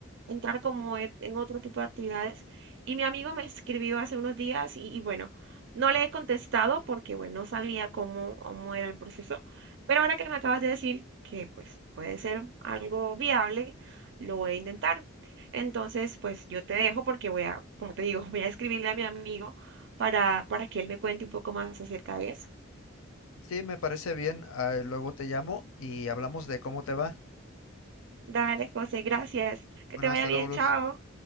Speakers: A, on the right (about 60°); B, on the left (about 80°).
A: entrar como e- en otro tipo de actividades. Y mi amigo me escribió hace unos días y, y bueno, no le he contestado porque bueno, no sabía cómo, cómo era el proceso, pero ahora que me acabas de decir que pues puede ser algo viable, lo voy a intentar. Entonces, pues yo te dejo porque voy a, como te digo, <laughs> voy a escribirle a mi amigo para, para que él me cuente un poco más acerca de eso.
B: Sí, me parece bien. ah, luego te llamo y hablamos de cómo te va.
A: Dale, José, gracias. Que
B: Bueno,
A: te
B: hasta
A: vaya bien,
B: luego, Luz.
A: chao.